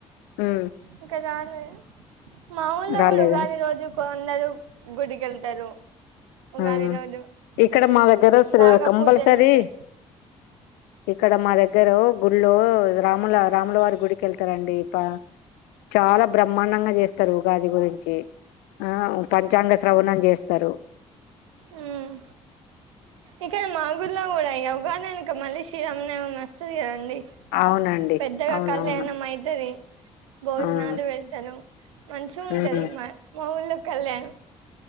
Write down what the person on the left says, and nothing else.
ఉమ్
రాలేదా
ఆ
ఇక్కడ
మా దగ్గర
కంపల్సరీ
ఇక్కడ మా దగ్గ దగ్గర గుళ్ళో రాముల రాముల వారి గుడికి వెళ్తారండి ప చాలా బ్రహ్మాండంగా చేస్తరు ఉగాది గురించి ఏ ఆ పంచాంగ శ్రవణం చేస్తా స్తరు
అవునండి
అవునవును
అవును
ఉమ్